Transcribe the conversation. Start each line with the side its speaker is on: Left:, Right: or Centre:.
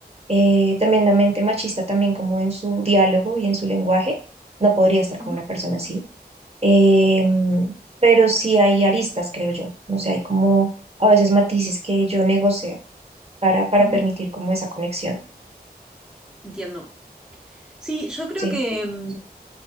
Right: eh, tremendamente machista también como en su diálogo y en su lenguaje, no podría estar
Centre: ujú,
Right: con una persona así. Eh, pero sí hay aristas, creo yo. No sé, hay como a veces matices que yo negocio para, para
Centre: ujú.
Right: permitir como esa conexión.
Centre: Entiendo. Sí, yo creo
Right: Sí.
Centre: que mm,